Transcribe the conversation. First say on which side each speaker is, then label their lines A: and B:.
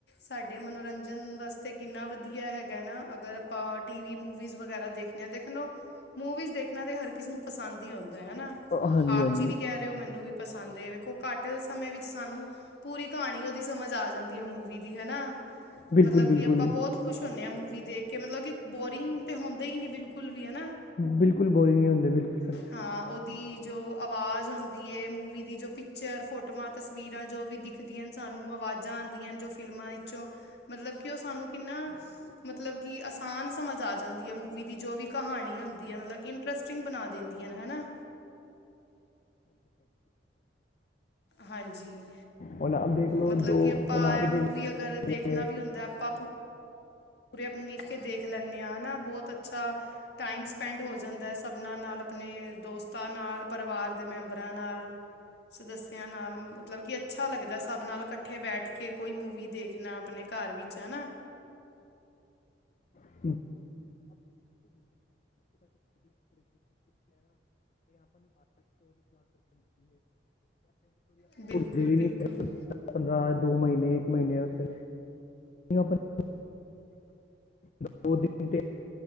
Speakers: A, on the left; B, on the left.
A: ਸਾਡੇ ਮਨੋਰੰਜਨ ਵਾਸਤੇ ਕਿੰਨਾ ਵਧੀਆ ਹੈਗਾ ਨਾ ਅਗਰ ਆਪਾਂ ਟੀ ਵੀ ਮੂਵੀਜ਼ ਵਗੈਰਾ ਦੇਖ ਦੇਖ ਲ ਮੂਵੀਜ਼ ਦੇਖਣਾ ਤਾਂ ਹਰ ਕਿਸੇ ਨੂੰ ਪਸੰਦ ਹੀ ਆਉਂਦਾ ਹੈ ਹਨਾ।
B: ਅ, ਹਾਂਜੀ
A: ਆਪ
B: ਹਾਂਜੀ
A: ਜੀ ਵੀ ਕਹਿ ਰਹੇ ਹੋ ਮੈਨੂੰ ਵੀ ਪਸੰਦ ਹੈ ਵੇਖੋ ਘੱਟ ਸਮੇਂ ਵਿੱਚ ਸਾਨੂੰ ਪੂਰੀ ਕਹਾਣੀ ਉਹਦੀ ਸਮਝ ਆ ਜਾਂਦੀ ਹੈ ਮੂਵੀ ਦੀ ਹਨਾ
B: ਬਿਲਕੁਲ
A: ਮਤਲਬ
B: ਬਿਲਕੁਲ
A: ਕਿ ਆਪਾਂ ਬਹੁਤ ਖੁਸ਼ ਹੁੰਦੇ ਆ ਮੂਵੀ ਦੇਖ ਕੇ ਮਤਲਬ ਕਿ ਬੋਰਿੰਗ ਤੇ ਹੁੰਦੇ ਹੀ ਨਹੀਂ ਬਿਲਕੁਲ ਵੀ ਹਨਾ।
B: ਬਿਲਕੁਲ ਬੋਰਿੰਗ ਨਹੀਂ ਹੁੰਦੇ ਬਿਲਕੁ
A: ਹਾਂ ਉਹ ਦੀ ਜੋ ਆਵਾਜ਼ ਹੁੰਂਦੀ ਹੈ ਮੂਵੀ ਦੀ ਜੋ ਪਿਕਚਰ ਫੋਟੋਆਂ ਤਸਵੀਰਾਂ ਜੋ ਵੀ ਦੀ ਖਦੀ ਸਾਨੂੰ ਆਵਾਜ਼ਾਂ ਆਉਂਦੀਆਂ ਜੋ ਫਿਲਮਾਂ ਵਿਚੋਂ ਮਤਲਬ ਕਿ ਉਹ ਸਾਨੂੰ ਕਿੰਨਾ ਮਤਲਬ ਕਿ ਆਸਾਨ ਸਮਝ ਆ ਜਾਂਦੀ ਹੈ ਮੂਵੀ ਦੀ ਜੋ ਵੀ ਕਹਾਣੀ ਹੁੰਦੀ ਹੈ ਮਤਲਬ ਕਿ ਇੰਟਰਸਟਿੰਗ ਬਣਾ ਦਿੰਦੀਆਂ ਨੇ ਹਨਾ। ਹਾਂਜੀ
B: ਹੁਣ ਆਪ ਦੇਖ ਲਓ
A: ਮਤਲਬ
B: ਦੋ
A: ਕਿ ਆਪਾਂ
B: ਹੁਣ ਆਪ ਦੇਖ
A: ਮੂਵੀ ਅਗਰ ਦੇਖਣਾ
B: ਲਓ
A: ਵੀ ਹੁੰਦਾ ਆਪਾਂ ਭ ਪੂਰੇ ਆਪਨੀ ਰ ਕੇ ਦੇਖ ਲੈਂਦੇ ਹਾਂ ਹਨਾ ਬਹੁਤ ਅੱਛਾ ਟਾਈਮ ਸਪੈਂਡ ਹੋ ਜਾਂਦਾ ਸਭਨਾਂ ਨਾਲ ਆਪਣੇ ਦੋਸਤਾਂ ਨਾਲ ਪਰਿਵਾਰ ਦੇ ਮੈਂਬਰਾਂ ਨਾਲ ਸਦੱਸਿਆ ਨਾਲ ਮਤਲਬ ਕਿ ਅੱਛਾ ਲੱਗਦਾ ਸਭ ਨਾਲ ਇਕੱਠੇ ਬੈਠ ਕੇ ਕੋਈ ਮੂਵੀ ਦੇਖਣਾ ਆਪਣੇ ਘਰ ਵਿੱਚ ਚ ਨਾ।
B: <unintelligible> <unintelligible> <unintelligible>
A: ਬਿਲਕੁਲ
B: ਵੀ
A: ਬਿਲਕੁਲ
B: ਪੰਦਰਾਂ ਦੋ ਮਹੀਨੇ ਇੱਕ ਮਹੀਨੇ ਵਾਸਤੇ <unintelligible> ਦੋ ਦਿਨ ਤੇ